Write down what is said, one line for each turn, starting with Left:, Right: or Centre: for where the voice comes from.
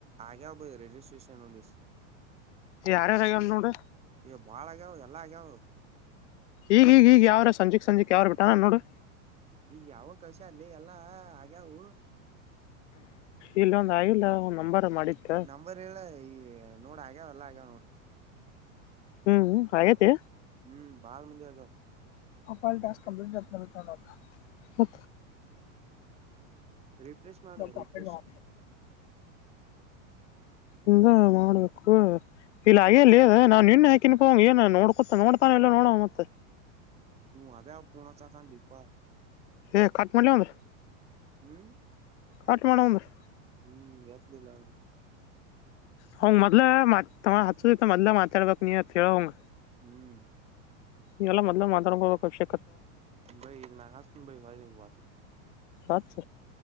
Right: ಆಗೆಾವ ಬ ರೆಜ ಸ್ಟೇಷನ್ ಹಂದ
Left: ಯಾರ್ಯಾರು ಆಗ್ಯಾವ ನೋಡು
Right: ಇವು ಬಾಳಗ್ಯಾವ ಎಲ್ಲ ಆಗ್ಯವು
Left: ಈಗ ಈೀಗ ಈಗ ಯಾವಾರ ಸಂಜೆಕ್ ಸಂಜೆಕ್ ಯಾವ್ ಬಿಟ್ಟಾನ ನೋಡಿರಿ
Right: ಈ ಯಾವ ಕಲಶ ಅಲ್ಲಿ ಎಲ್ಲಾ ಆಗ್ಯಾವು
Left: ಇಲ್ಲ ಒಂದ ಆಗಿಲ್ಲ ಒ್ ನಂಬರ್ ಮಾಡಿತ್ತ
Right: ನಂಬರ್ ಹೇಳ ಈ ನೋಡ ಆಗ್ಯ ಎಲ್ಲ ಆಗ್ಯಾವ ನೋಡ್ರಿ
Left: ಹ್ಮ್ ಹಾಗೇತಿ
Right: ಹ್ಮ್ ಬಳ ಮಂದ ಆಗವು
Left: ಹಪಲ್ಟಾಸ್ಕ ಕಂಟ್ ಬ ಮ
Right: ರಿಫ್ರೆಶ್ ಮಾಡ
Left: ಕ
Right: ರಿಫ್ರೆಶ್
Left: ಮಾಡ ಇಲ್ಲ ಮಾಡ್ಬೇಕು ಇಲ್ಲ ಅೇ ಇ ನಾನ್ ನಿನ್ ಹಾಕಿನ್ಕಂಗ್ ಏನ್ ನೋಡ್ಕೊತ ನೋಡ್ತಾನ ಎಲ್ಲ ನೋಡ ಮತ್ತೆ
Right: ನೀ ಅಬೆ ಅವ ಪೋಣ ಚತಾನ ಲೀಪ
Left: ಹ ಕಾಠ್ಮಾಂಡುಮ ರೀ
Right: ಹ್ಮ್
Left: ಕಟ್ ಮಾಡಡಂಬರ್
Right: ಹ್ಮ್ ಯತಲಿಲ್ಲ
Left: ಹ್ ಮೊದ್ಲ ಮಾತ್ ಹದತ ಮದ್ಲಲೆ ಮಾತಾಡ್ಬೇಕಕ್ ನೀ ಅತ್ ಹೇಳಂಗ
Right: ಹ್ಮ್
Left: ಈವೆಲ್ಲ ಮೊದ್ಲು ಮಾತಾಡ್ಕೋಬೇಕಕ್ಷ
Right: ಭೈ ಈ ನಾ ಹಾಸ ಭ ಹ ವಚ
Left: ಹಚ್ಚ